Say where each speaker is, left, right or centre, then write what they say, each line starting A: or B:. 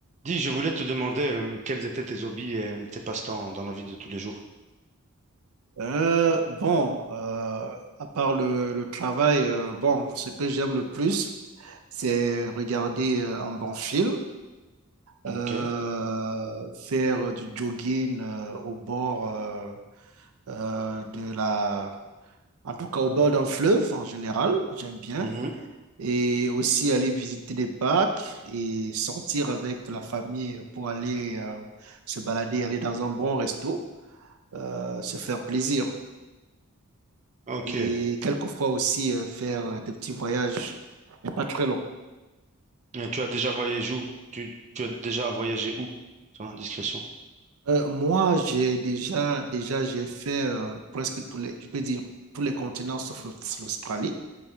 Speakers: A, on the right; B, on the right.
A: Dis, je voulais te demander euh, quels étaient tes hobbies et euh, tes passe-temps dans la vie de tous les jours.
B: Euh, bon, euh, à part le, le travail, euh, bon, ce que j'aime le plus, c'est regarder euh, un bon film, euh,
A: Ok.
B: faire du jogging euh, au bord euh, euh, de la, en tout cas au bord d'un fleuve en général, j'aime bien,
A: Mhm.
B: et aussi aller visiter des parcs et sortir avec la famille pour aller euh, se balader, aller dans un bon resto, euh, se faire plaisir.
A: Ok.
B: et quelquefois aussi euh, faire euh, des petits voyages, mais pas très longs.
A: Et tu as déjà voyagé où? Tu, tu as déjà voyagé où? Sans indiscrétion.
B: Euh, moi, j'ai déjà, déjà, j'ai fait euh, presque tous les, je peux dire, tous les continents sauf l'Aust- l'Australie.